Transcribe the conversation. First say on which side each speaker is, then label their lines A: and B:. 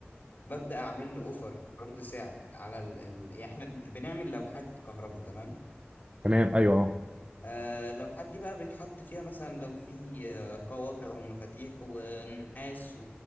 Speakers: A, on the left; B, on the right.
A: ببدا اعمل له اوفر عرض سعر على ال... ال... يعني احنا بن- بنعمل لوحات كهرباء تمام
B: تمام ايوه اه
A: آه لو حد بقى بيتحط فيها مثلا لو في آه قواقع ومفاتيح ونحاس